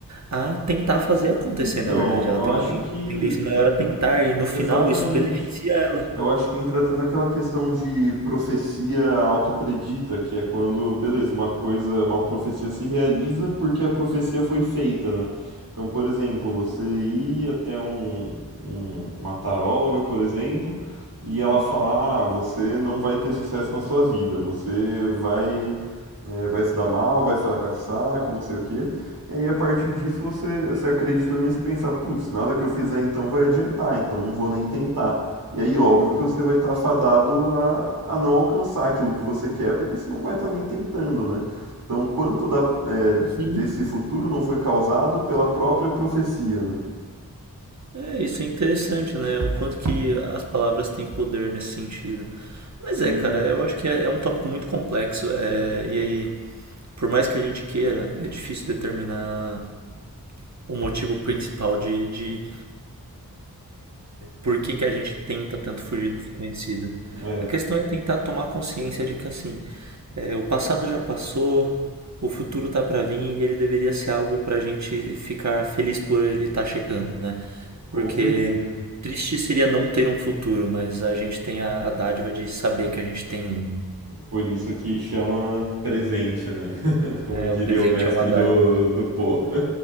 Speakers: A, on the right; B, on the right.
A: a tentar fazer acontecer,
B: Então,
A: na verdade. Ela
B: eu
A: tem
B: acho
A: uma ten-
B: que.
A: tendência maior a tentar e no final
B: Exatamente.
A: isso beneficia ela.
B: Eu acho que entra até naquela questão de profecia autopredita, que é quando, beleza, uma coisa, uma profecia se realiza porque a profecia foi feita, né? Então, por exemplo, você ir até um, um- uma taróloga, por exemplo, e ela falar, ah, você não vai ter sucesso na sua vida, você vai, é, vai se dar mal, vai fracassar, que não sei o quê. E aí, a partir disso, você, você acreditando nisso e pensar, putz, nada que eu fizer então vai adiantar, então não vou nem tentar. E aí, óbvio que você vai estar fadado a, a não alcançar aquilo que você quer, porque você não vai estar nem tentando, né? Então, quanto da, é,
A: Sim.
B: desse futuro não foi causado pela própria profecia, né?
A: É, isso é interessante, né? O quanto que as palavras têm poder nesse sentido. Mas
B: Sim,
A: é, cara, eu acho que é, é um tópico muito complexo. é, e aí, por mais que a gente queira, é difícil determinar o motivo principal de, de por que que a gente tenta tanto fugir do desconhecido.
B: é,
A: A questão é tentar tomar consciência de que assim, é, o passado já passou, o futuro tá para vir e ele deveria ser algo pra gente ficar feliz por ele estar chegando, né?
B: com
A: Porque
B: certeza.
A: triste seria não ter um futuro, mas a gente tem a, a dádiva de saber que a gente tem um, né?
B: Por isso que chama presente, né? <laughs> Como
A: É,
B: diria
A: o presente
B: o mestre
A: é uma dádiva.
B: do, do pô